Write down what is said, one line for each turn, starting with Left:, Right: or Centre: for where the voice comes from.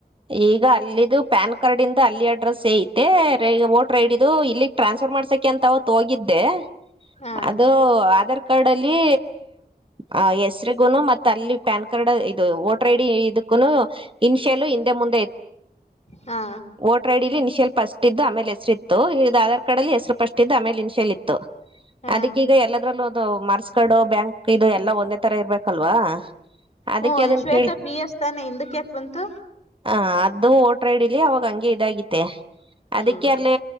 Right: ಈಗ ಅಲ್ಲಿ. ಇದು ಪ್ಯಾನ್ ಕಾರ್ಡ್ ಇಂದ ಅಲ್ಲಿ ಅಡ್ರೆಸ್ ಸ ಐತೆ ವೋಟರ್ ಐಡ್ ಇದು ಇಲ್ಲಿ ಟ್ರಾನ್ಸ್ಫರ್ ಮಾಡ್ಸಕೆ ಅಂತ ಅವೋಗಿ. ಇದ್ದೆ.
Left: ಹಾ
Right: ಅದು ಆಧಾರ್ ಕಾರ್ಡ್ ಅಲ್ಲಿ ಆ ಹೆಸರಿಿಗೂನು ಮತ್ತ ಅಲ್ಲಿ. ಪ್ಯಾನ್ ಕಾರ್ಡ್ ಇದು ವೋಟರ್ ಐ ಡಿ ಇದಕ್ಕೂ ಇನ್ಷಿಯಲ್ ಹಿಂದೆ ಮುಂದೆ.
Left: ಹಾ
Right: ಓಟ್ರಾಡ್ರರಿ ಸ್ವಲ್ಪ ಅಷ್ಟ. ಇು ಆಮೇಲೆ ಹೆಸರು ಇತ್ತು ಈದು ಆಧಾರ್ ಕಾರ್ಡ್ ಅಲ್ಲಿ ಹೆಸರು ಪಟ್ಟಿದ್ದು ಆಮೇಲೆ ಇನ್ಷೇಲ್ ಇತ್ತು.
Left: ಹಾ
Right: ಅದಕ್ಕೀಗ ಎಲ್ಲದ್ರಲ್ಲೂ ಒ ಮರ್ಸ್ಕಡು ಬ್ಯಾಂಕ್ ಇದು ಎಲ್ಲಾ ಒಂದೇ ತರ ಇರ್ಬೇಕಲ್ವಾ. ಅದಕ್ಕೆ
Left: ಹ್ಮ
Right: ಅದನ್ನ
Left: ಶ್ವೇತಾ
Right: ಕೇಳಿ
Left: ಬಿ ಎಸ್ ತಾನೆ ಹಿಂದಕ್ ಯಾಕೆ ಬಂತು
Right: ಹ ಅದು. ಇಲಿ ಅವಾಗ ಹಂಗೆ ಇದಾಗಿ
Left: ಹ್ಮ್
Right: ಅದಕ್ಕೆ ಅಲ್ಲಿ